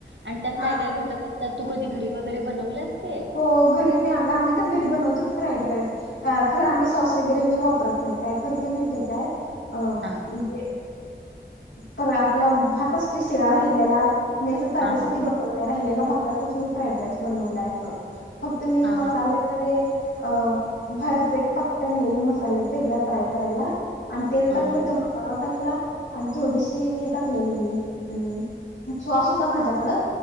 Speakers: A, on the right; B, on the left.
A: आणि त्यात
B: हा
A: काय काय घटक असतात तू कधी घरी वगरे बनवलंस.
B: हो घरी मी आा आम्ही तर घरी बनवतो की फ्राईड राईस खरं आम्ही सॉस वगैरे मी वापरत नाही. नाही काय करते माहितीय काय? अ
A: हा
B: म्हणजे पर आपला भात असते शिळा राहिल्याला मी असं ताज्यासाठी
A: हा हा
B: बनवलंय राहिलेला भातच मी फ्राईड राईस बनवलाय असं. फक्त मी
A: हा
B: मसाल्यामध्ये
A: हा हा
B: अ भरच एक पकटनलेले मसाल्याच एकदा ट्राय करायला. आणि तेल
A: हा
B: टाकलं तो मसाला टाकला. ला आणि थोडीशी हे टाकलेली मी अम् श्वास होता माझ्याकडं.